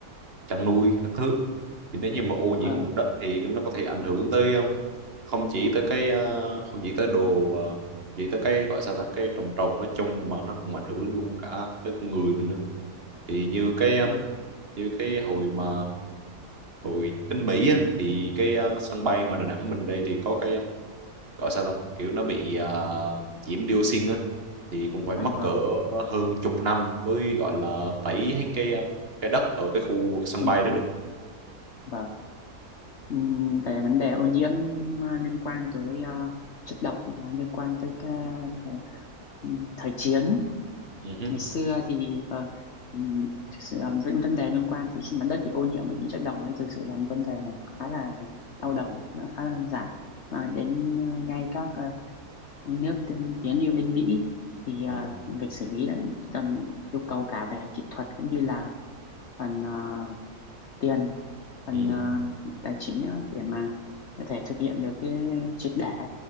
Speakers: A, on the right (about 40°); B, on the left (about 55°).
A: chăn nuôi các thứ thì nếu như mà ô nhiễm
B: vâng
A: nguồn đất thì nó có thể ảnh hưởng tới ờ, không chỉ tới cái ờ, không chỉ tới đồ ờ, chỉ tới cái gọi sao ta cái trồng trọt nói chung mà nó cũng ảnh hưởng luôn cả tới con người mình nữa thì như cái um,
B: vâng
A: như cái hồi mà hồi đến Mỹ á, thì cái uh, sân bay ngoài Đà Nẵng mình đây thì có cái um, gọi sao ta kiểu nó bị uh, nhiễm dioxin á thì cũng phải mất
B: à vâng
A: cỡ hơn chục năm mới gọi là tẩy hết cái um, cái đất ở cái khu vực sân
B: thế
A: bay đó
B: vâng
A: được
B: vâng Ừm, về vấn đề ô nhiễm à, liên quan tới à, chất độc à, liên quan tới cái, cái, ừm, thời chiến
A: ừ, hứ,
B: ngày xưa thì vâng ừm, thực sự là những vấn đề liên quan thì khi mà đất bị ô nhiễm bởi những chất độc ấy thực sự là một vấn đề khá là đau đầu nó khá là nan giải mà đến à, ngay các à, nước tiên tiến như bên Mỹ thì à,
A: ừ,
B: việc xử lý đã cần yêu cầu cả về kỹ thuật cũng như là phần ờ, tiền phần
A: ừ,
B: ờ, tài chính á, để mà có thể thực hiện được cái triệt để